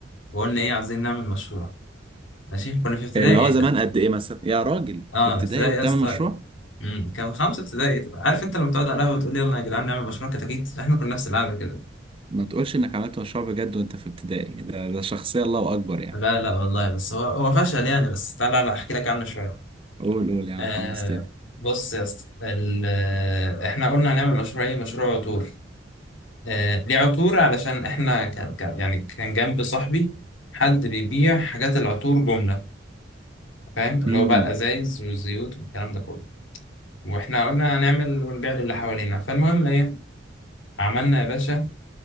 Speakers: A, on the left; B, on the right.
A: وقلنا ايه عايزين نعمل مشروع ماشي كنا في ابتدائي
B: اللي هو زمان قد ايه مثلا يا راجل
A: اه
B: في ابتدائي
A: ابتدائي
B: وبتعمل
A: يا اسطى
B: مشروع
A: مم، كان خمسه ابتدائي عارف انت لما تقعد على القهوه وتقول يلا يا جدعان نعمل مشروع كتاكيت احنا كنا نفس القعده كده
B: ما تقولش انك عملت مشروع بجد وانت في ابتدائي ده, ده شخصية الله اكبر يعني
A: لا لا والله بس هو هو فشل يعني بس تعالى انا احكي لك عنه شويه
B: قول قول يا عم
A: آه
B: حمستني
A: بص يا اسطى ال- آه، احنا قلنا هنعمل مشروع ايه مشروع عطور آه ليه عطور علشان احنا كان كان- يعني كان جنب صاحبي حد بيبيع حاجات العطور جملة فاهم اللي
B: امم
A: هو بقى الازايز والزيوت والكلام ده كله واحنا قلنا هنعمل ونبيع للي حوالينا فالمهم ايه عملنا يا باشا